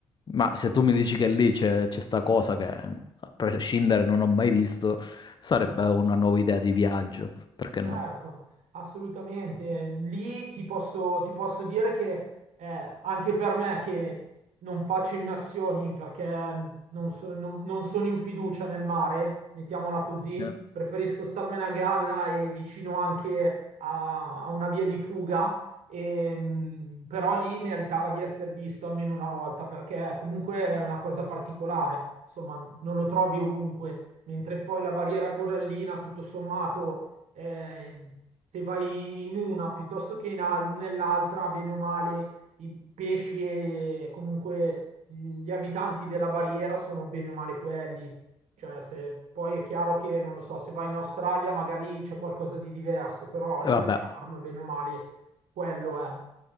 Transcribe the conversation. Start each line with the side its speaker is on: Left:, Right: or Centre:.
Left: Ma se tu mi dici che lì c'è c'è sta cosa che a prescindere non ho mai visto, sarebbe una nuova idea di viaggio, perché
Right: Certo,
Left: no?
Right: assolutamente. Lì ti posso, ti posso dire che eh, anche per me che non faccio immersioni perché mm, non, so- non- non sono in fiducia nel mare, mettiamola così,
Left: Eh.
Right: preferisco starmene a galla e vicino anche a, a una via di fuga, e, mh, però lì meritava di essere visto almeno una volta perché comunque è una cosa particolare, insomma non lo trovi ovunque, mentre poi la barriera corallina tutto sommato eh, se vai in una piuttosto che in al- nell'altra, bene o male, i pesci e comunque gli abitanti della barriera sono bene o male quelli. Cioè, se, poi è chiaro che, non lo so, se vai in Australia magari c'è qualcosa di diverso, però lì
Left: E vabbè,
Right: a Charm, bene o male, quello è.